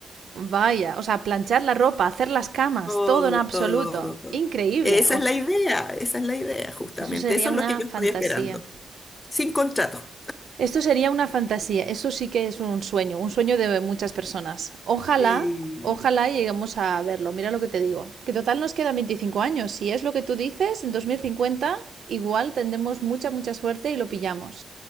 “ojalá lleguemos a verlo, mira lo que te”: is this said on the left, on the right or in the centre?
Right